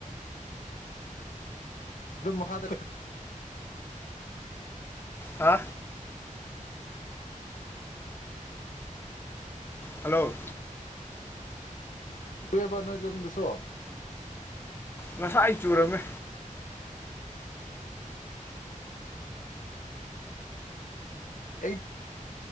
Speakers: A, on the left (about 70°); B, on the left (about 15°).
A: ꯑꯗꯨꯗꯨ ꯃꯍꯥꯗꯦꯕ
B: ꯑ ꯍꯜꯂꯣ
A: ꯑꯏꯕ ꯅꯣꯏ ꯂꯣꯝꯗꯁꯨ
B: ꯉꯁꯥꯏ ꯑꯩ ꯆꯨꯔꯝꯃꯦ
A: ꯑꯩ